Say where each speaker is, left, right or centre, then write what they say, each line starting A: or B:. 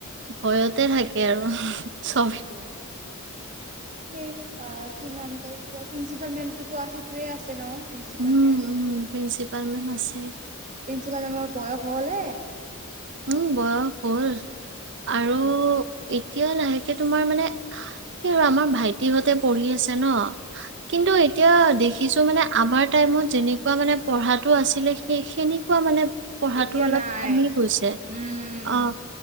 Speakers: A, on the right; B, on the right.
A: ভয়তে থাকে আৰু
B: তাকেইতো,
A: চবে।
B: সেই কি নাম কয় কিবা প্ৰিন্ঞ্চিপাল মেমটোতো সেইটোৱে আছে ন? প্ৰিন্সিপাল
A: উম,
B: মেম,
A: উম, প্ৰিন্সিপাল মেম আছে।
B: প্ৰিন্সিপাল মেমৰ বয়স হৈ ঘলে
A: উম বৰ <unintelligible>
B: তাকেতো
A: আৰু এতিয়া লাহেক এতিয়া তোমাৰ মানে কি আৰু আমাৰ ভাইটিহঁতে পঢ়ি আছে ন, কিন্তু এতিয়া দেখি কিছুমানে আমাৰ টাইমত যেনেকুৱা মানে পঢ়াটো আছিলে সেনেকুৱা মানে পঢ়াটো
B: এতিয়া
A: অলপ
B: নাই
A: কমি
B: উম
A: গৈছে। অঁহ